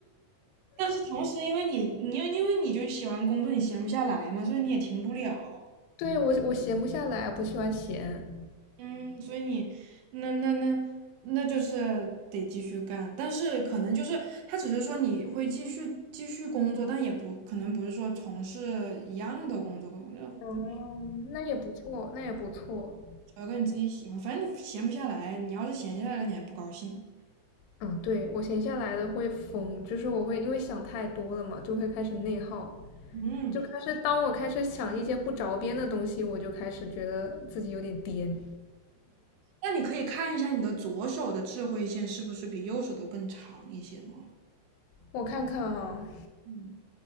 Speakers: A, on the right (about 85°); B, on the left (about 80°).
A: 但是同时因为你你因为你就喜欢工作，你闲不下来嘛，所以你也停不了。
B: <laughs> 对我我闲不下来，不喜欢闲。
A: 嗯，所以你那那那那就是得继续干，但是可能就是他只是说你会继续继续工作，但也不可能不是说从事一样的工作，
B: 哦，
A: 就
B: 那也不错，那也不错。
A: 找个你自己喜欢，反正你闲不下来，你要是闲下来了，你还不高兴。
B: 嗯，对，我闲下来的会疯，就是我会因为想太多了嘛，就会开始内耗，
A: 嗯，
B: 就开始当我开始想一些不着边的东西，我就开始觉得自己有点颠。
A: 那你可以看一下你的左手的智慧线是不是比右手的更长一些吗？
B: 我看看啊，
A: 嗯，